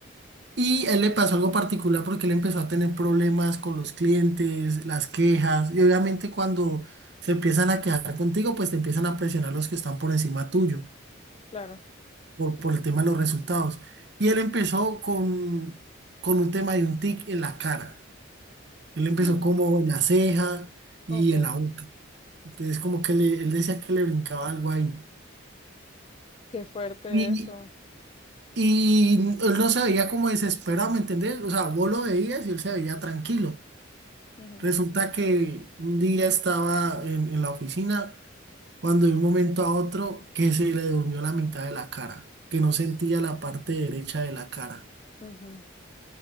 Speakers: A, on the right; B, on the left.
A: Y a él le pasó algo particular porque él empezó a tener problemas con los clientes, las quejas, y obviamente cuando se empiezan a quejar contigo, pues te empiezan a presionar los que están por encima tuyo,
B: claro.
A: por, por el tema de los resultados. Y él empezó con, con un tema de un tic en la cara. Él empezó
B: <gasps>
A: como en la ceja y
B: Ok,
A: en la boca. Entonces como que le- él decía que le brincaba algo ahí.
B: qué fuerte
A: Y
B: eso.
A: Y él no se veía como desesperado, ¿me entendés? O sea, vos lo veías y él se veía tranquilo.
B: Ujú,
A: Resulta que un día estaba en, en la oficina cuando de un momento a otro que se le durmió la mitad de la cara, que no sentía la parte derecha de la cara.
B: ujú,